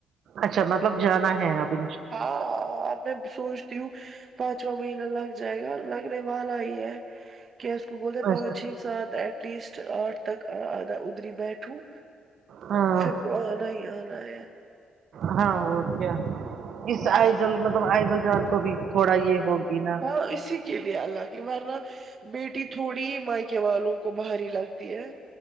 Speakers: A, on the right; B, on the right.
A: اچھا مطلب جانا ہے ابھی
B: ہاں میں سوچتی ہوں پانچواں مہینہ لگ جائے گا لگنے والا ہی ہے کیا اس کو بولے پانچ
A: اچھا
B: چھ سات ایٹ لیسٹ آٹھ تک آدھا ادری بیٹھوں
A: ہاں
B: پھر تو آنا ہی آنا ہے
A: ہاں اور کیا اس آئزل مطلب آئزل جان کو بھی تھوڑا یہ ہوگی ناں
B: ہاں اسی کے لیے اللہ کی ورنہ بیٹی تھوڑی ہی مائیکے والوں کو بھاری لگتی ہے